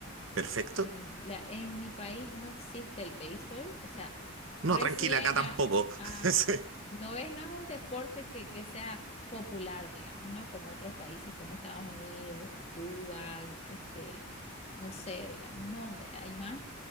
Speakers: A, on the right (about 70°); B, on the left (about 30°).
A: ¿Perfecto?
B: Y la, en mi país no existe el béisbol, o sea, recién
A: No, tranquila, acá tampoco.
B: a,
A: <laughs>
B: a-
A: Sí,
B: no es, no es un deporte que, que sea popular, digamos, ¿no? Como otros países como Estados Unidos, Cuba, este, no sé, digamos, ¿no? Donde hay más,